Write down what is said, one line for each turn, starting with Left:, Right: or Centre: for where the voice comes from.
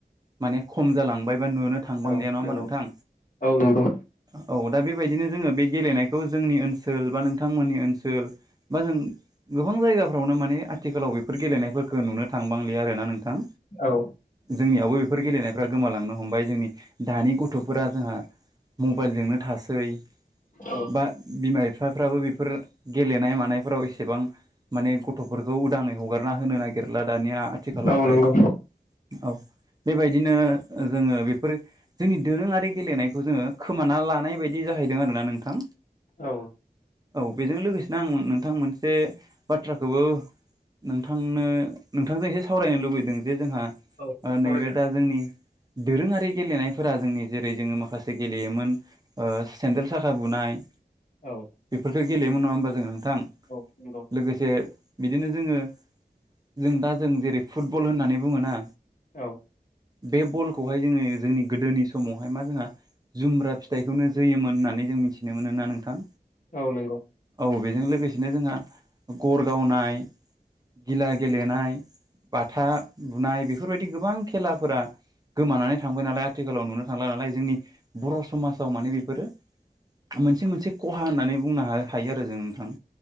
Right: माने खम जालांबायबा नुनो थांबांलिया
Left: औ
Right: नङा होमबा
Left: नंगौ
Right: नों थां।
Left: औ नंगौ
Right: औ दा बेबायदिनो जोङो बे गेलेनायखौ जोंनि ओनसोल बा नोंथांमोननि ओनसोल बा जों गोबां जायगाफ्रावनो माने आथिखालाव बेफोर गेलेनायफोरखो नुनो थांबांलिया आरो ना नोंथां।
Left: औ
Right: जोंनियावबो बेफोर गेलेनायफ्रा गोमालांनो हमबाय। जोंनि दानि गथ' दा जोंहा मबाइलजोंनो थासै।
Left: औ
Right: बा बिमा बिफाफ्राबो बेफोरो गेलेनाय मानायफोराव एसेबां माने गथ'फोरखौ उदाङै हगारना होनो नागिरला दानिया आथिखालावहाय।
Left: औ नंगौ
Right: औ बेबायदिनो जोङो बेफोर जोंनि दोरोङारि गेलेनायखौ जोङो खोमाना लानाय बायदि जाहैदों आरो ना नोंथां।
Left: औ।
Right: औ बेजों लोगोसेनो आं नोंथां मोनसे बाथ्राखोबो नोंथांनो नोंथांजों एसे सावरायनो लुबैदों जे जोंहा
Left: औ
Right: ओ
Left: सावरायजागोन
Right: नैबे दा जोंनि दोरोङारि गेलेनायफोरा जोंनि जेरै जोङो माखासे गेलेयोमोन ओ सेन्देल साखा बुनाय
Left: औ
Right: बेफोरखो गेलेयोमोन नङा होमबा जों नोंथां
Left: औ नंगौ
Right: लोगोसे बिदिनो जोङो जों दा जों जेरै फुटबल होननानै बुङो ना
Left: औ।
Right: बे बलखौहाय जोङो जोंनि गोदोनि समावहाय मा जोंहा जुमब्रा फिथाइखौनो जोयोमोन होननानै जों मिथिनो मोनो ना नोंथां।
Left: औ नोंगौ।
Right: औ बेजों लोगोसेनो जोंहा गर गावनाय गिला गेलेनाय बाथा बुनाय बेफोरबायदि गोबां खेलाफोरा गोमानानै थांबाय नालाय आथिखालाव नुनो थांला नालाय जोंनि बर' समाजाव माने बेफोरो मोनसे मोनसे खहा होननानै बुंनो हा-हायो आरो जों नोंथां।